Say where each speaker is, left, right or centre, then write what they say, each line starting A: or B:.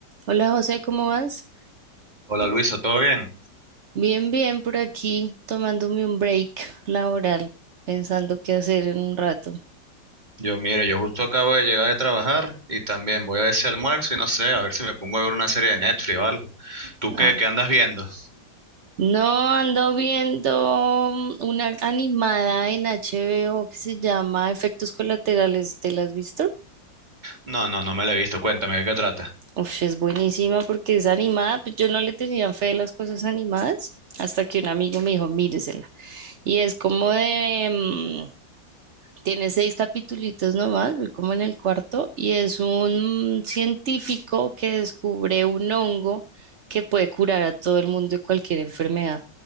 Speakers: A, on the right; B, on the right.
A: Hola José, ¿cómo vas?
B: Hola Luisa, ¿todo bien?
A: Bien, bien, por aquí tomándome un break laboral, pensando qué hacer en un rato.
B: Yo, mire, yo justo acabo de llegar de trabajar y también voy a ver si almuerzo y no sé, a ver si me pongo a ver una serie de Netflix o algo. ¿Tú qué,
A: Ah,
B: qué andas viendo?
A: No, ando viendo mm, una animada en HBO que se llama Efectos Colaterales, ¿te la has visto?
B: No, no, no me la he visto, cuéntame de qué trata.
A: Uf, es buenísima porque es animada, pues yo no le tenía fe a las cosas animadas hasta que un amigo me dijo, míresela. Y es como de, mm, Tiene seis capítulos nomás, voy como en el cuarto, y es un científico que descubre un hongo que puede curar a todo el mundo de cualquier enfermedad.